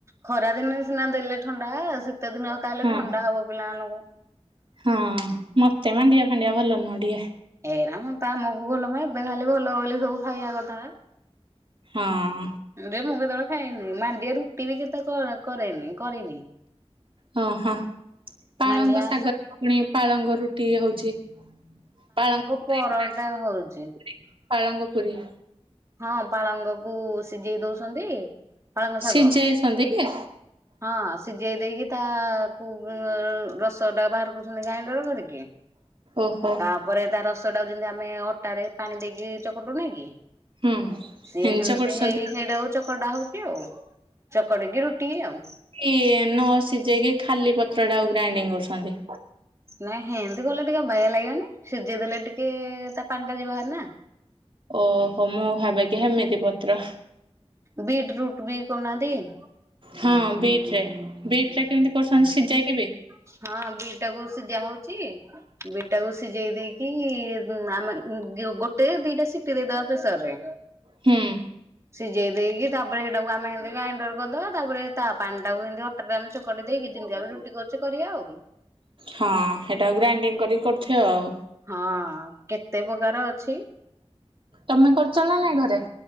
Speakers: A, on the right; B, on the right.
A: ଖରା ଦିନ ସିନା ଦେଲେ ଥଣ୍ଡା, ଶୀତ ଦିନ ହେକା ହେଲେ
B: ହଁ
A: ଥଣ୍ଡା ହବ ପିଲାମାନଙ୍କୁ।
B: ହଁ, ମତେ ମାଣ୍ଡିଆ ଫାଣ୍ଡିଆ ଭଲ ନୁହଁ ଟିକେ।
A: ଏଇରା ତ ଆମକୁ ଭଲ ପାଇଁ ଏବେ ଖାଲି ଭଲ ବୋଲି ସବୁ ଖାଇବା କଥା।
B: ହଁ।
A: ଯେ ମୁଁ କେତେବେଳେ ଖାଇନି ମାଣ୍ଡିଆ ରୁଟି ବି କେତେ କଣ କରେନି କରିନି
B: ହଁ ହଁ ପାଳଙ୍ଗ
A: ମାଣ୍ଡିଆ
B: ଶାଗରରେ ପୁଣି ପାଳଙ୍ଗ ରୁଟି ହଉଛି। ପାଳଙ୍ଗ ପୁରୀ
A: ପରଟା
B: ଗୁରା ପୁରୀ
A: ହଉଛି
B: ପାଳଙ୍ଗ ପୁରୀ।
A: ହଁ ପାଳଙ୍ଗ କୁ ସିଝେଇ ଦଉଛନ୍ତି ପାଳଙ୍ଗ
B: ସିଝେଇଛନ୍ତି
A: ଶାଗ
B: କି
A: ହଁ ସିଝେଇ ଦେଇକି ତା କୁ ରସ ଟା ବାହାର କରୁଛନ୍ତି ଗ୍ରାଇଣ୍ଡର କରିକି।
B: ଓହୋ।
A: ତାପରେ ତା ରସଟାକୁ ଯେମିତି ଆମେ ଅଟାରେ ପାଣି ଦେଇକି ଚକଟୁନେକି
B: ହୁଁ
A: ସିଏ
B: ହେଞ୍ଚ
A: ହେମିତି
B: କରୁଛନ୍ତି
A: ହେଇ ହେଇଟା ଚକଟା ହଉଛି ଆଉ ଚକଟି କିି ରୁଟି ଆଉ
B: ଏଇ ନ ସିଝେଇକି ଖାଲି ପତ୍ର ଟା କୁ ଗ୍ରାଇଣ୍ଡିଙ୍ଗ କରୁଛନ୍ତି।
A: ନାଇଁ ହେଇଁତି କଲେ ଟିକେ ଅବାଗିୟା ଲାଗିବନି ସିଝେଇ ଦେଲେ ଟିକେ ତା ପାଣି ଟା ଯିବ ବହାରି ନା।
B: ଓହୋ ମୁଁ ଭାବେକି ହେମିତି ପତ୍ର
A: ବିଟ୍ ରୁଟ୍ ବି କରୁନାହାନ୍ତି କି?
B: ହଁ ବିଟ୍ ରେ ବିଟ୍ ରେ କେମିତି କରୁଛନ୍ତି ସିଯେଇକି ବି।
A: ହଁ ବିଟ୍ ଟାକୁ ସିଯାହଉଚି ବିଟ୍ ଟାକୁ ସିଝେଇ ଦେଇକି କି ମା ମାନେ ଗୋଟେ ଦିଇଟା ସିଟି ଦେଇଦବା ପେସରରେ।
B: ହୁଁ
A: ସିଝେଇ ଦେଇକି ତାପରେ ହେଇଟାକୁ ଆମେ ହେମିତ ଗ୍ରାଇଣ୍ଡର କରିଦବା ତାପରେ ତା ପାଣି ଟାକୁ ଏମିତି ଅଟ୍ ତାପରେ ଅଟା ଚକଡି ଦେଇକି ଯେମିତି ଆମେ ରୁଟି କରୁଛେ କରିବା ଆଉ
B: ହଁ ହେଟା କୁ ଗ୍ରାଇଣ୍ଡିଙ୍ଗ କରିକି କରିୁଥିବ ଆଉ
A: ହଁ କେତେ ପ୍ରକାର ଅଛି
B: ତମେ କରୁଛ ନା ନାଇଁ ଘରେ।